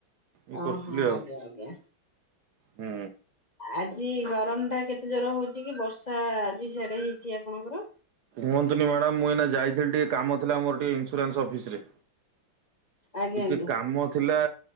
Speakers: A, on the right (about 65°); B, on the left (about 75°).
A: ଇଏ
B: ଓ
A: କରୁଥିଲି
B: ହୋ
A: ଆଉ
B: ଆଜ୍ଞା ଆଜ୍ଞା
A: ହୁଁ
B: ଆଜି ଗରମ ଟା କେତେ ଜୋର ହଉଛି କି ବର୍ଷା ଆଜି ସେଆଡା ହେଇଛି ଆପଣଙ୍କର
A: କୁହନ୍ତୁନି ମ୍ୟାଡାାମ ମୁଁ ଏଇନା ଯାଇଥିଲି ଟିକେ କାମ ଥିଲା ମୋର ଟିକେ ଇନ୍ସୁରାନ୍ସ ଅଫିସ ରେ
B: ଆଜ୍ଞା
A: ଟିକେ
B: ଆଜ୍ଞା।
A: କାମ ଥିଲା